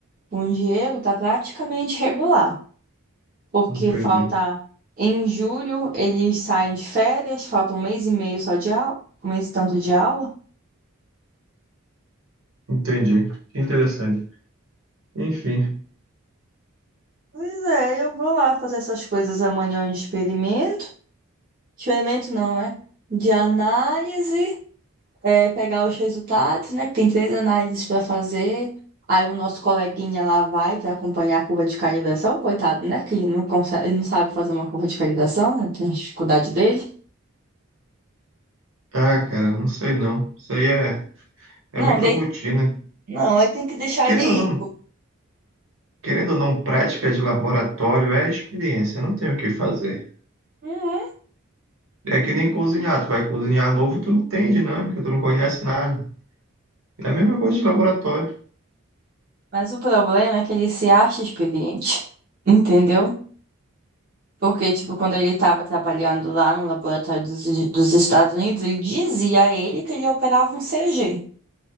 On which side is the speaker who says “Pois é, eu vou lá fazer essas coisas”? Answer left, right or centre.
Right